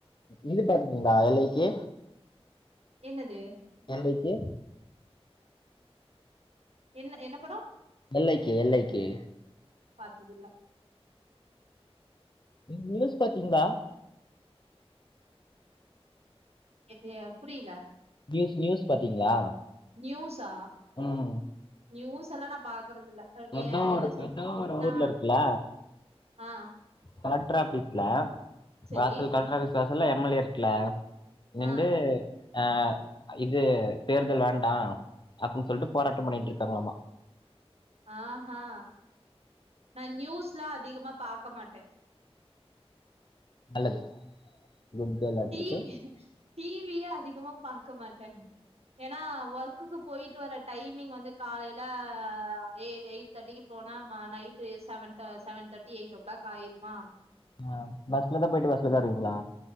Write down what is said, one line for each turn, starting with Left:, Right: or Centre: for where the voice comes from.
Left: இது பாத்துக்கீங்களா ஏல் லைக் கே
Right: என்னது
Left: லைக் கே
Right: என்ன என்ன படம்
Left: ஏல் லைக் கே ஏல் லைக் கே
Right: பாத்து இல்ல
Left: நீ நியூஸ் பாத்தீங்களா
Right: எத்து எ புரியில
Left: நியூஸ் நியூஸ் பாத்தீங்ளா
Right: நியூஸா
Left: ம்
Right: நியூஸ் எல்லா ந பாக் க்குறது இல்ல அ
Left: ஏதோ
Right: எ என்ன
Left: ஒரு
Right: சொல்
Left: ஏதோ ஒரு
Right: நா
Left: ஊர்ல இருக்குல்ல
Right: ஆ
Left: கலெட்டர் ஆபீஸ்ல
Right: சரி
Left: வாசல் கலெக்டர் ஆபீஸ் வாசல்ல எம் எல் ஏ இருக்ல நின்டு
Right: ஆ
Left: அ இது தேர்தல் வேண்டா அப்டின் சொல்ட்டு போராட்டம் பண்ணிட்ருக்காங்ளாமா
Right: ஆஹா நா நியூஸ்லா அதிகமா பாக்க மாட்டே
Left: நல்லது குட் கேர்ளாட்ருக்கு
Right: டிவி டிவியே அதிகமா பாக்க மாட்டே ஏனா ஒர்க்குக்கு போய்ட்டு வர டைமிங் வந்து காலையில எ எயிட் தேட்டிக்கு போனா ம நைட்டு செவன் அன்ட செவன் தேட்டி எய்ட்டோ கிளாக் ஆயிருமா
Left: ஆ பஸ்ல தா போய்ட்டு பஸ்ல தா வருவீங்ளா